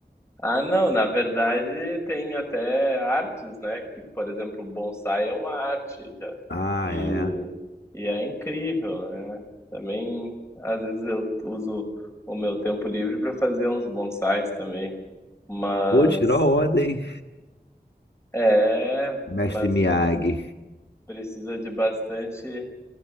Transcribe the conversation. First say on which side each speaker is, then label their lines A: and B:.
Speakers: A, on the left; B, on the left.
A: ah, não, na verdade tem até artes, né? Que, por exemplo, bonsai é uma arte, já
B: Ah,
A: E,
B: é.
A: e é incrível, né? Também, às vezes eu uso o meu tempo livre para fazer uns bonsais também, mas
B: Pô, tirou a onda, hein?
A: é,
B: Mestre
A: mas
B: Miyagi.
A: pre- precisa de bastante